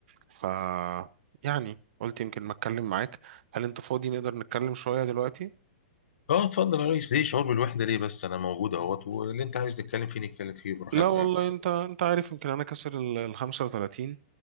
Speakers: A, on the right (about 60°); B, on the left (about 75°).
A: ف يعني قلت يمكن ما أتكلم معاك هل أنت فاضي نقدر نتكلم شوية دلوقتي؟
B: اه اتفضل يا ريس ليه شعور بالوحده ليه بس انا موجود اهوت واللي انت عايز نتكلم فيه نتكلم فيه براحتنا
A: لا والله
B: يعني
A: انت انت عارف يمكن انا كسر ال ال 35